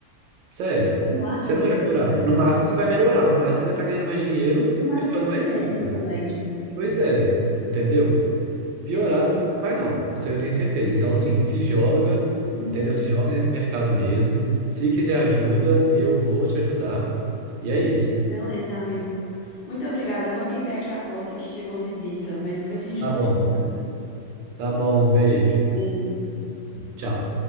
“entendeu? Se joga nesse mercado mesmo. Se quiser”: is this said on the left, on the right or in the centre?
Right